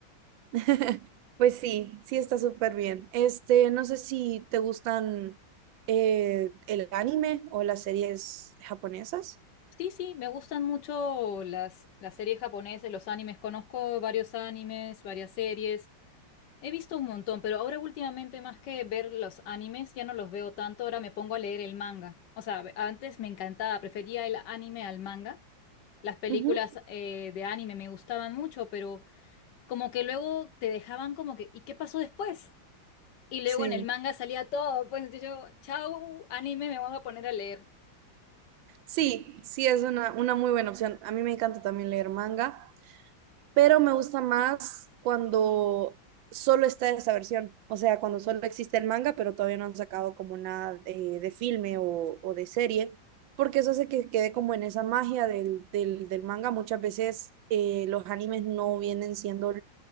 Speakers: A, on the right; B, on the left.
A: <laughs> Pues sí, sí está súper bien. Este, no sé si te gustan eh, el anime o las series japonesas.
B: Sí, sí, me gustan mucho las, las series japonesas, los animes. Conozco varios animes, varias series. He visto un montón, pero ahora últimamente más que ver los animes, ya no los veo tanto. Ahora me pongo a leer el manga. O sea, ve- antes me encantaba, prefería el anime al manga. Las películas
A: Ujú.
B: eh, de anime me gustaban mucho, pero como que luego te dejaban como que, ¿y qué pasó después? Y luego
A: Sí,
B: en el manga salía todo, pues yo, chau, anime, me voy a poner a leer.
A: sí, sí es una, una muy buena opción. A mí me encanta también leer manga. pero me gusta más cuando solo está esa versión, o sea, cuando solo existe el manga, pero todavía no han sacado como nada de, de filme o, o, de serie, porque eso hace que quede como en esa magia del, del, del manga. Muchas veces eh, los animes no vienen siendo